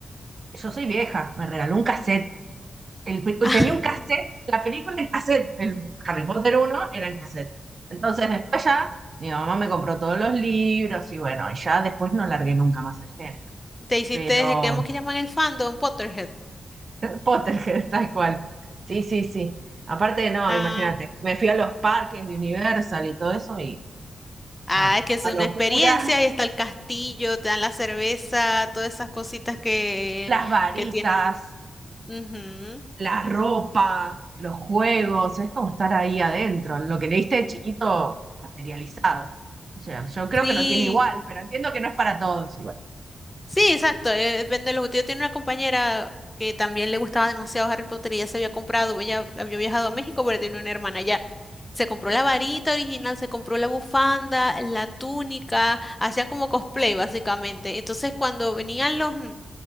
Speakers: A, on the right (about 45°); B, on the left (about 15°).
A: yo soy vieja, me regaló un cassette. El pe-
B: <laughs>
A: tenía un cassette, la película en cassette, el Harry Potter uno era en cassette. Entonces después ya mi mamá me compró todos los libros y bueno, ya después no largué nunca más el género.
B: Te hiciste,
A: Pero
B: digamos que llaman el fandom, Potterhead.
A: Potterhead, <laughs> tal cual. Sí, sí, sí. Aparte, no,
B: Ah,
A: imagínate, me fui a los parques de Universal y todo eso
B: Ah,
A: Ah,
B: es que es
A: la
B: una
A: locura,
B: experiencia, ahí está el castillo, te dan la cerveza, todas esas cositas que,
A: las varitas,
B: que tienen. Ujú.
A: la ropa, los juegos, es como estar ahí adentro, lo que leíste de chiquito materializado. O sea, yo creo
B: Sí,
A: que no tiene igual, pero entiendo que no es para todos igual.
B: sí, exacto, eh, depende de los gustos. Yo tenía una compañera que también le gustaba demasiado Harry Potter y ya se había comprado, ella había viajado a México, pero tiene una hermana allá. Se compró la varita original, se compró la bufanda, la túnica, hacía como cosplay básicamente. Entonces cuando venían los,